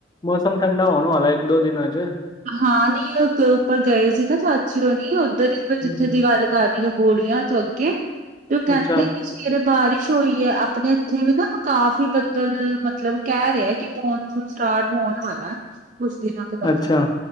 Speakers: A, on the left; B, on the right.
A: ਮੌਸਮ ਠੰਡਾ ਹੋਣ ਵਾਲਾ ਇੱਕ ਦੋ ਦਿਨਾਂ ਚ।
B: ਹਾਂ ਨੀ ਉੱਪਰ ਗਏ ਸੀ ਨਾ ਚਾਚੀਓਰਿ ਉੱਧਰ ਹੀ ਜਿੱਥੇ
A: ਹੂੰ,
B: ਦੀ ਗੱਲ ਕਰ ਰਹੀ ਹੈ ਬੋਰੀੀਆਂ ਤੋਂ ਅੱਗੇ ਤੇ ਉਹ ਕਹਿੰਦੇ
A: ਅੱਛਾ
B: ਕਿ ਸਵੇਰੇ ਬਾਰਿਸ਼ ਹੋਈ ਹੈ ਆਪਣੇ ਇੱਥੇ ਵੀ ਨਾ ਕਾਫੀ ਬੱਦਲ ਮਤਲਬ ਕਹਿ ਰਿਹਾ ਕਿ ਮੌਨਸੂਨ ਸਟਾਰਟ ਹੋਣ ਵਾਲਾ ਕੁਛ ਦਿਨਾਂ ਤੱਕ
A: ਅੱਛਾ